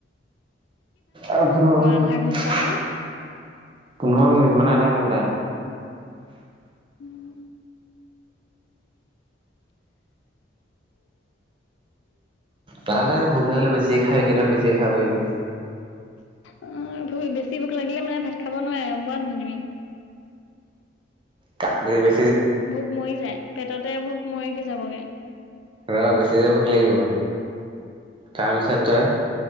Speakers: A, on the right; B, on the left.
A: আৰু পোন্ধৰ মিনিট
B: আধা ঘন্টা
A: পোন্ধৰ
B: অ
A: মিনিট মানে আধা ঘন্টা।
B: উম উম।
A: তালে ভোক লাগিলে বেছিয়ে খাবি কেইদিন বেছিয়ে খাব পাৰিবি।
B: অ ভ বেছি ভোক লাগিলে মানে ভাত খাব নোৱাৰে পোবা নাই তুমি।
A: কাম বে।
B: ভোক মৰি যায়। পেটতে ভোক মৰি কি যাবগে।
A: ৰ বেছি যে ভোক লাগিব তাৰপিছত তই